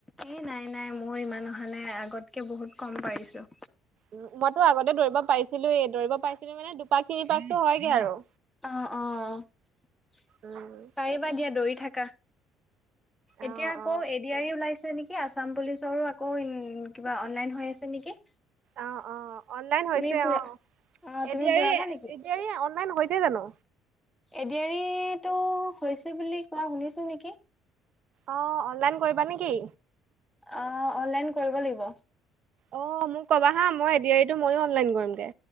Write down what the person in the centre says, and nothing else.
এ নাই নাই মোৰ ইমান অহা নাই আগতকে বহুত কম পাৰিছোঁ।
অঁ অঁ পাৰিবা
দিয়া দৌৰি থাকা।
এতিয়া আকৌ
এডিয়াৰৰি ওলাইছে নেকি? কি আছাম পুলিচৰো আকৌ কিবা ইন অনলাইন হৈ আছে নেকি।
তুমি পুৰা
অ', তুমি
পুৰাবা নেকি?
এডিয়ৰিটো হৈছে বুলি কোৱা শুনিছোঁ নেকি?
অঁ অনলাইন কৰিব লাগিব।